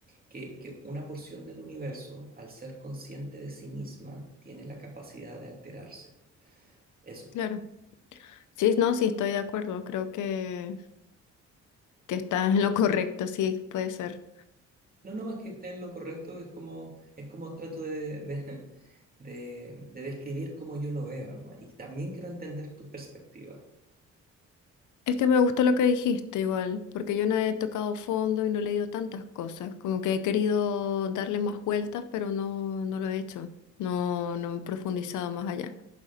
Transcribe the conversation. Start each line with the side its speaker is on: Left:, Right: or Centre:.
Right: que, que una porción del universo, al ser consciente de sí misma, tiene la capacidad de alterarse. Eso.
Left: claro. Sí, no, sí, estoy de acuerdo, creo que, que estás en lo correcto, sí, puede ser.
Right: No, no más que esté en lo correcto, es como, es como trato de, de, <laughs> de- de describir cómo yo lo veo, nomás. Y también quiero entender tu perspectiva.
Left: Es que me gustó lo que dijiste igual, porque yo no he tocado fondo y no he leído tantas cosas, como que he querido darle más vueltas, pero no, no lo he hecho, no, no he profundizado más allá.